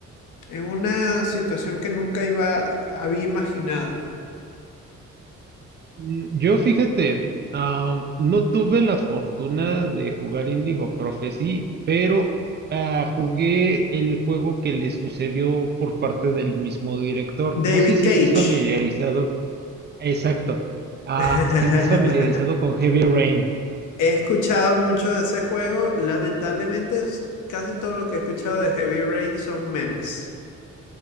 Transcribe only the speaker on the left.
en una situación que nunca iba, había imaginado.
David
Cage.
<laughs>
He escuchado mucho de ese juego. Lamentablemente, es- casi todo lo que he escuchado de Heavy Rain son memes.